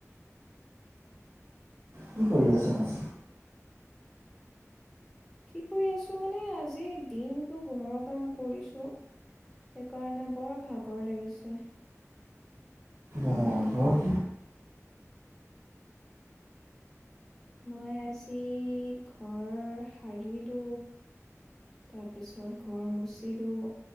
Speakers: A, on the right; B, in the centre.
A: কি কৰি আছ ম
B: কি কৰি আছো মানে আজি দিনটো ঘৰৰ কাম কৰিছো সেইকাৰণে বৰ ভাগৰ লাগিছে
A: অ
B: এতিয়া।
A: আক
B: মই আজি ঘৰ সাৰিলো তাৰপিছত ঘৰ মুচিলো